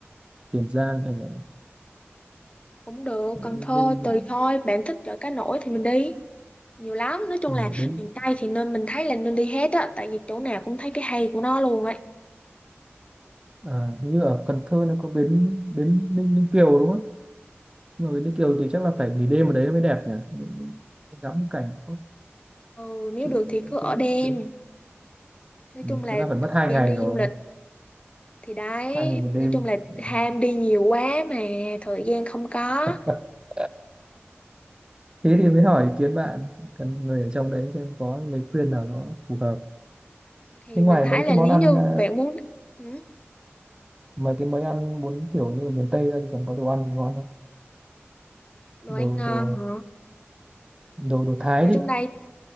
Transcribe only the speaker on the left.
cũng được
Cần Thơ
tùy thôi bạn thích chợ cá nổi thì mình đi nhiều lắm nói chung
là miền Tây thì nên mình thấy là nên đi hết á tại vì chỗ nào cũng thấy cái hay của nó luôn ấy
ừ nếu
được thì cứ ở
đêm
nói
chung là
thời
gian
đi
du lịch thì đấy
nói chung là
ham đi nhiều quá mà thời gian không có
thì
mình thấy
là
nếu
như
bạn muốn ừ,
đồ
ăn ngon
hả
ở
trong đây